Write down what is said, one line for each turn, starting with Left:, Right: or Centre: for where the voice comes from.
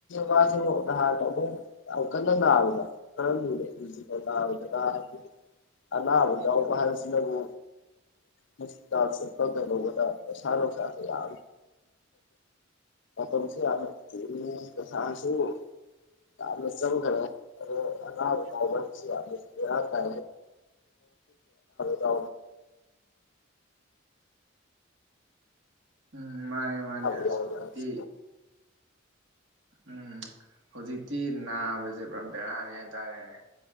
Left: ꯋꯥꯁꯨ ꯅꯍꯥꯟ ꯑꯃꯨꯛ ꯀꯟꯅ ꯅꯥꯔꯨꯕ ꯀꯔ ꯐꯁꯤꯅ ꯅꯥꯕꯗꯅ ꯑ ꯂꯅꯥꯕ ꯌꯥꯎꯕ ꯍꯥꯏꯁꯤꯅꯕꯨ ꯍꯣꯁꯄꯤꯇꯥꯜ ꯆꯠꯄ ꯀꯩꯗꯧꯕꯗ ꯄꯩꯁꯥ ꯂꯅꯨꯡꯁꯥꯁꯨ ꯌꯥꯝ ꯈꯣꯠꯁꯨ ꯌꯥꯝ ꯁ ꯆꯥꯗ ꯆꯒꯔꯦ ꯑ ꯑꯎ ꯁꯤꯗ ꯀ ꯇ
Right: ꯎꯝ ꯃꯥꯅꯦ ꯃꯥꯅꯦ
Left: ꯑꯅꯥꯕ
Right: ꯑꯁ
Left: ꯌꯥꯎꯕ
Right: ꯍꯧꯖꯤꯛꯇꯤ
Left: ꯍꯥꯏꯕꯁꯤ
Right: ꯎꯝ ꯍꯧꯖꯤꯛꯇꯤ ꯅꯥꯕꯁꯦ ꯄꯨꯔꯥ ꯕꯦꯔꯥꯅꯤ ꯍꯥꯏꯇꯥꯔꯦꯅꯦ